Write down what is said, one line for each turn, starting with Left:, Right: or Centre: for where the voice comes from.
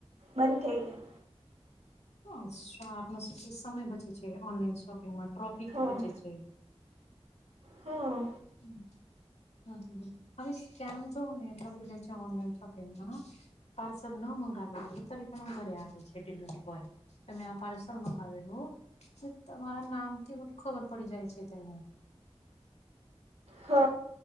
Right: બંધ થઈ જાય.
Left: હા આપ શું સમય બચે છે ઓનલાઈન શોપિંગ માટે ટ્રોફિક થી
Right: હા
Left: પછી છે
Right: હા
Left: હમ હ હવે સ્કેમ જો એટલા બધી જાય છે ઓનલાઈન શોપિંગમાં પાર્સલ ન મંગાવે રહે ત ઘરે આવે છે ડિલિવરી બોય તમે આ પાર્સલ મંગાવેલું હો તમારા નામથી બધું ખબર પડી જાય છે તેને
Right: હ